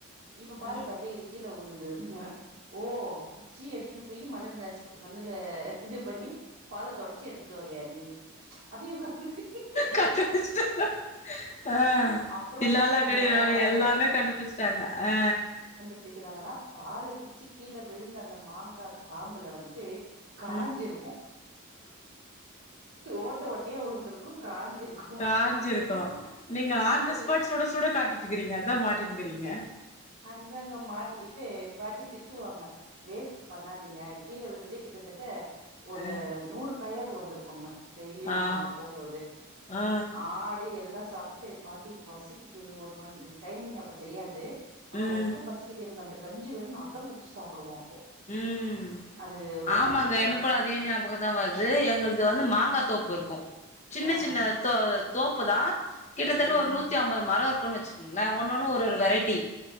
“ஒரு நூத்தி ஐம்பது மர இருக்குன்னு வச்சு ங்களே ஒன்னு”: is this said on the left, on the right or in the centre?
Left